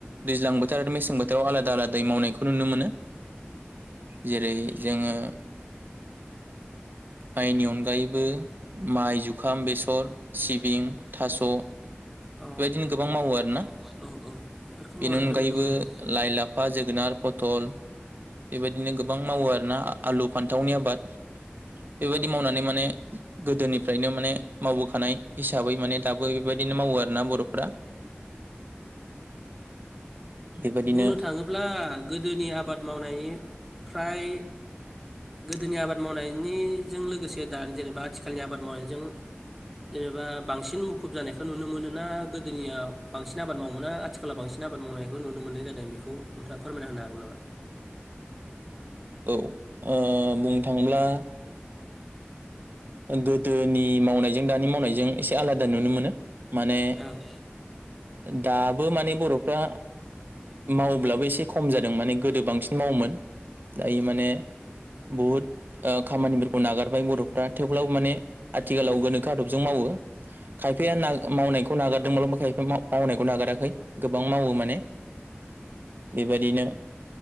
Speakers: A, on the right; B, in the centre.
A: दैज्लां बोथोर आरो मेसें बोथोराव आलादा आलादायै मावनायखौ नुनो मोनो जेरै जोङो माइनि अनगायैबो माइ जुखाम बेसर सिबिं थास' बेबायदिनो
B: औ
A: गोबां मावो आरोना
B: बेबायदिनो गोबां मावो आरो औ औ बेफोरखौ मावनायखौ
A: बेनि अनगायैबो
B: नुनो मोनो बेनि अनगायैबो
A: लाइ लाफा जोगोनार फथ <unintelligible> बेबायदिनो गोबां मावो आरोना आलु फान्थावनि आबाद बेबायदि
B: ओं
A: मावनानै माने गोदोनि फ्रायनो माने मावबोखानाय हिसाबै माने दाबो बेबायदिनो मावो आरोना बर'फ्रा बेबायदिनो
B: बुंनो थाङोब्ला गोदोनि आबाद मावनायनि ओमफ्राय गोदोनि आबाद मावनायनिजों लोगोसे दानि जेनेबा आथिखालनि आबाद मावनायजों जेनेबा बांसिन मुखुब जानायखौ नुनो मोनोना गोदोनिया बांसिन आबाद मावोमोना आथिखालाव बांसिन आबाद मावनाय नुनो मोन्नाय जादों बेखौ नोंथाङा फोरमायना होनो हागोन नामा
A: औ ओ बुंनो थाङोब्ला ओ गोदोनि मावनायजों दानि मावनायजों एसे आलादा नुनो मोनो माने
B: हागोन
A: दाबो माने बर'फ्रा मावब्लाबो एसे खम जादों माने गोदो बांसिन मावोमोन दायो माने बहुद खामानिफोरखौ नागारबाय बर'फ्रा थेवब्लाबो माने आथिखालाव गोनोखो आदबजों मावो खायफाया
B: नामा?
A: ना मावनायखौ नागारदोंब्लाब्लाबो खायफाया मावनायखौ नागाराखै गोबां मावो माने बेबायदिनो